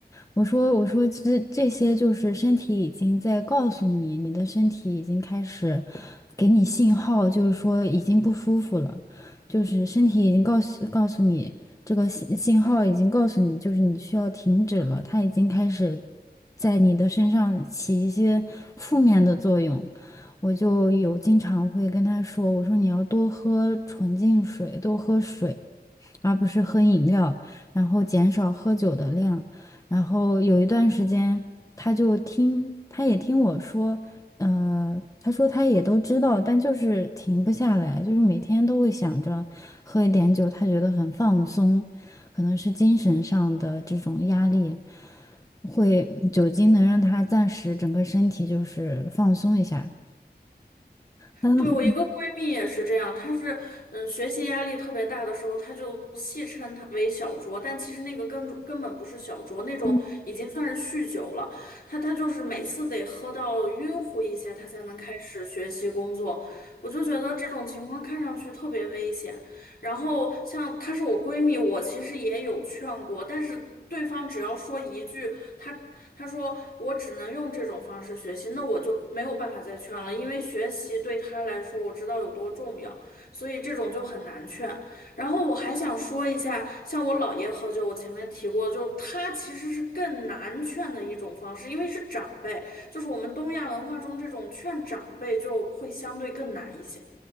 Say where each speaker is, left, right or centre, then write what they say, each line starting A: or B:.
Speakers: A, on the left (about 20°); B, on the left (about 60°).
A: 我说我说这这些就是身体已经在告诉你，你的身体已经开始给你信号，就是说已经不舒服了，就是身体已经告诉告诉你这个信信号已经告诉你，就是你需要停止了，它已经开始在你的身上起一些负面的作用。我就有经常会跟他说，我说你要多喝纯净水，多喝水，而不是喝饮料，然后减少喝酒的量。然后有一段时间，他就听，他也听我说，呃，他说他也都知道，但就是停不下来，就是每天都会想着喝一点酒，他觉得很放松，可能是精神上的这种压力，会酒精能让他暂时整个身体就是放松一下。但他后，
B: 对，我一个闺蜜也是这样，她是嗯学习压力特别大的时候，她就戏称她为小酌，但其实那个根根本不是小酌，那种已经算是酗酒了。
A: 嗯
B: 她她就是每次得喝到晕乎一些，她才能开始学习工作。我就觉得这种情况看上去特别危险。然后像她是我闺蜜，我其实也有劝过，但是对方只要说一句，她她说我只能用这种方式学习，那我就没有办法再劝了，因为学习对她来说我知道有多重要，所以这种就很难劝。然后我还想说一下，像我姥爷喝酒，我前面提过，就是他其实是更难劝的一种方式，因为是长辈，就是我们东亚文化中这种劝长辈就会相对更难一些。